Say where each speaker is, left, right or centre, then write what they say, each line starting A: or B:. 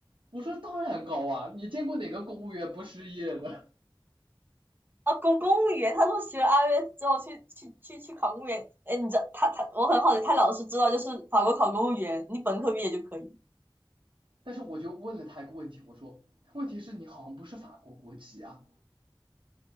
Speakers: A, on the right; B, on the right.
A: 我说当然高啊，你见过哪个公务员不失业的？
B: 啊，公公务员，他说学了 i e L T s 之后去去去去考公务员。哎，你知道他他我很好奇，他老是知道就是法国考公务员，你本科毕业就可以。
A: 但是我就问了他一个问题，我说，问题是你好像不是法国国籍啊，